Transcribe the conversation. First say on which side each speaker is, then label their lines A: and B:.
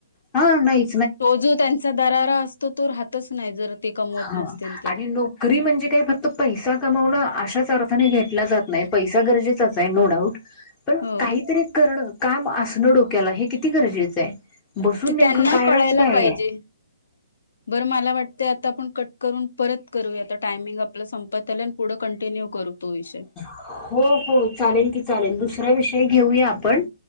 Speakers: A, on the left; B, on the left.
A: हा, नाही
B: तो जो त्यांचा दरारा असतो तो राहतच नाय जर ते कमवत
A: हा
B: नसतील तर
A: आणि नोकरी म्हणजे काय फक्त पैसा कमवण अशाच अर्थाने घेतला जात नाही पैसा गरजेचाच आहे. नो डाऊट पण
B: हो
A: काहीतरी करणं काम असणं डोक्याला हे किती गरजेचं आहे. बसून
B: ते
A: नेमकं
B: त्यांना
A: कायरच
B: कळायला
A: काय
B: पाहिजे
A: ये.
B: बरं मला वाटते आता आपण कट करून परत करू आता टायमिंग आपला संपत आलाय पुढे कंटिन्यू करू तो विषय
A: हो हो चालेल की चालेल दुसरं हे घेऊयां आपण